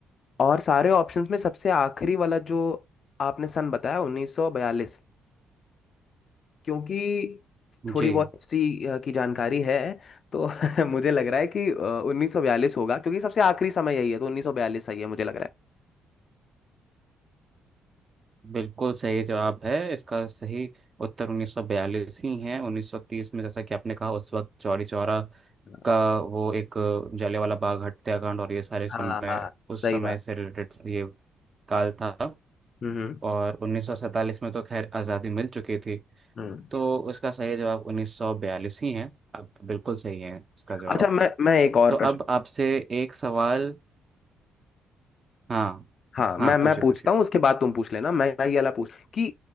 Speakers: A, on the left; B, on the right.
A: और सारे ऑप्शंस में सबसे आखिरी वाला जो आपने सन बताया 1942 क्योंकि
B: जी
A: थोड़ी बहुत हिस्ट्री अ, की जानकारी है तो <laughs> मुझे लग रहा है कि अ, 1942 होगा क्योंकि सबसे आखिरी समय यही है तो 1942 सही है मुझे लग रहा
B: बिल्कुल सही जवाब है इसका सही उत्तर 1942 ही है 1930 में जैसा कि आपने कहा उस वक्त चौरी चौरा
A: है
B: का वो एक जलियांवाला बाग हत्याकांड और ये सारे समय
A: हाँ हाँ
B: उस
A: सही
B: समय
A: बात
B: से रिलेटेड ये काल था
A: हम्म हम्म
B: और 1947 में तो खैर आज़ादी मिल चुकी थी
A: हम्म।
B: तो उसका सही जवाब 1942 ही है अब बिल्कुल सही है इसका जवाब
A: अच्छा
B: आपका
A: मैं मैं एक और
B: तो
A: प्रश्न
B: अब आपसे एक सवाल हाँ
A: हाँ मैं
B: हाँ
A: मैं
B: पूछिए
A: पूछता
B: पूछिए
A: हूँ उसके बाद तुम पूछ लेना मैं मैं ये वाला पूछ कि